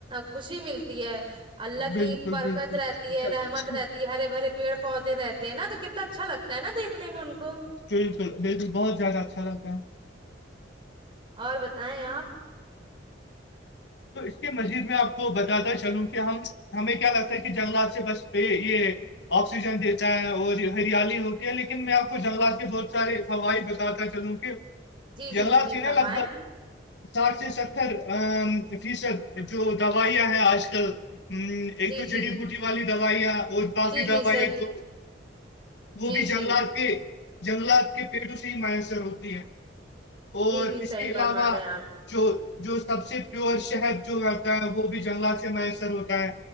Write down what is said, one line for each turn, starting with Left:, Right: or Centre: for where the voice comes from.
Right: خوشی ملتی ہے اللہ
Left: بالکل
Right: کی
Left: بالکل
Right: برکت
Left: بالکل
Right: رہتی ہے رحمت رہتی ہرے بھرے پیڑ پودے رہتے ہیں نا تو کتنا اچھا لگتا ہے نا دیک نے میں انکو
Left: بل بلکل بلکل بہت زیادہ اچھا لگتا ہے
Right: اور بتایئے آپ
Left: تو اس کے مزید میں آپ کو بتاتا چلوں کہ ہم ہمیں کیا لگتا ہے کہ جنگلات سے بس پہ یہ آکسیجن دیتا ہے اور ہریالی ہوتی ہے لیکن میں آپ کو جنگلات کے بہت سارے ہائی بتاتا چلوں کہ
Right: جی جی
Left: جنگلات
Right: جی
Left: تھی
Right: فرمائیں
Left: نا لگ بھگ ساٹھ سے ستر ا فیصد جو دوائیاں ہیں آج کل ہ ایک
Right: جی
Left: تو چٹیی
Right: جی
Left: بٹی والی دوائییاں اور بقی
Right: جی جی
Left: دوائ
Right: صحیح
Left: ہے تو وہ
Right: جی
Left: بھی جنگلات
Right: جی
Left: کے جنگلات کے پیڑوں سے ہی میسر ہوتی ہے اور
Right: جی جی
Left: اس
Right: صحیح
Left: کے
Right: فرما
Left: علاوہ
Right: رہے ہیں آپ
Left: جو جو سب سے پیور شہد جو آتا ہے وہ بھی جنگلات سے میسر ہوتا ہے